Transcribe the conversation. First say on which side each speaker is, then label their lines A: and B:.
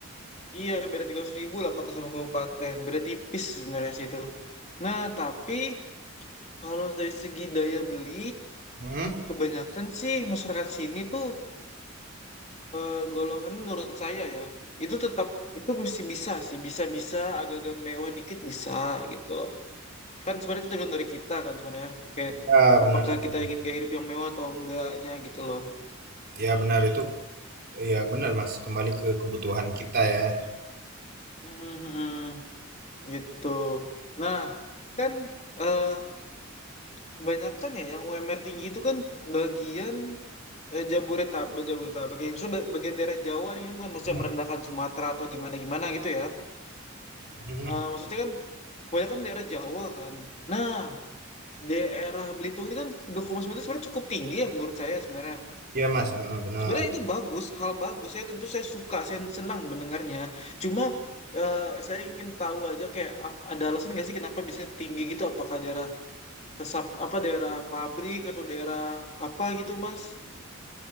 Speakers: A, on the left; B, on the right.
A: Iya, beda 300 ribu lah kota sama kabupaten. Beda tipis sebenarnya sih itu. Nah, tapi kalau dari segi daya beli,
B: Mhm.
A: kebanyakan sih masyarakat sini tuh Eh, golongan menurut saya ya itu tetap itu mesti bisa sih bisa-bisa agak-agak mewah dikit bisa gitu loh kan sebenarnya itu tergantung dari kita kan sebenarnya kayak
B: Ya, benar.
A: apakah kita ingin gaya hidup yang mewah atau enggaknya gitu loh
B: Ya, benar itu. Ya, benar, Mas. Kembali ke kebutuhan kita ya.
A: Mm-mm-mm. gitu nah kan eh kebanyakan ya yang UMR tinggi itu kan bagian eh, Jabodetabek Jabodetabek ya. maksudnya ba- bagian daerah Jawa nih, ini bukan maksudnya
B: Mhm.
A: merendahkan Sumatera atau gimana-gimana gitu ya
B: Mhm.
A: Eh, maksudnya kan kebanyakan daerah Jawa kan. Nah, daerah Belitung ini kan dukungan itu sebenarnya cukup tinggi ya menurut saya sebenarnya.
B: Iya, Mas. Heeh, benar.
A: Sebenarnya itu bagus, hal bagus. Saya tentu saya suka, saya senang mendengarnya. Cuma eh, saya ingin tahu aja kayak ap- ada alasan nggak sih kenapa bisa tinggi gitu? Apakah daerah resap apa daerah pabrik atau daerah apa gitu, Mas?